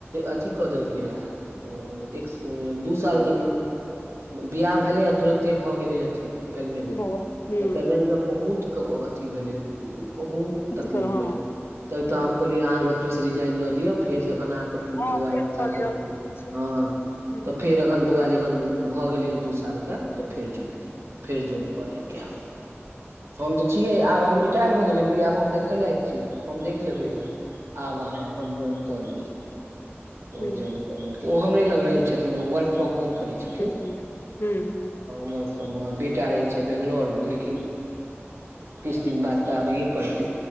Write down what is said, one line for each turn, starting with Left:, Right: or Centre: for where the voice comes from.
Right: अथी कऽ देलकै रहए। एक दू साल तक बियाह भेलै आ तुरते भऽ गेलै अथी। प्रेगनेंट
Left: बौआ हूँ
Right: तऽ प्रेगनेंट के बहुत अथी भेलै। बहुत
Left: कथी
Right: तकलीफ
Left: कहल हँ
Right: भेलै। तब तऽ
Left: हँ
Right: हम कहलियै अहाँ रोकड़ से रिजाइन दऽ दियौ फेर जखन अहाँके
Left: हँ
Right: बौआ
Left: फेर
Right: एक साल
Left: कऽ लिअ
Right: के
Left: और की छै
Right: हँ।
Left: हँ
Right: तऽ फेर अखन बौआ जखन भए गेले हे दू साल के त फेर जोवाइन केल फेर जोवाइन कऽ लेलकै आब हम तऽ छियै आब हमरी टेल भऽ गेलियै हम कहलियै हम आब हम देखेै लायक छी हम देख लेबै एकरा आब अहाँ अपन जवाइन कऽ लिअ तऽ
Left: हँ
Right: जवाइन कलेलकै ओ हमरे लग रहे छथिन वर्क फ्रम होम करै छथिन
Left: ह ह हूँ हूँ।
Right: वर्क फ्र बेटा रहै छै बैंगलोर में लेकिन किछु दिन बाद तऽ आबैए पड़तै